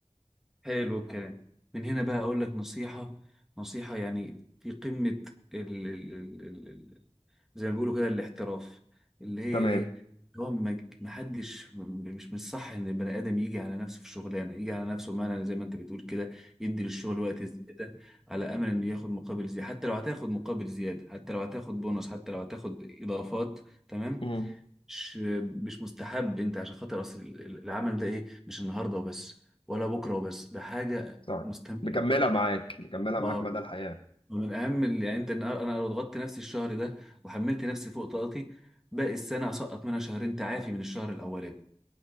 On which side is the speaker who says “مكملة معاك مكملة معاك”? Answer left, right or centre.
Left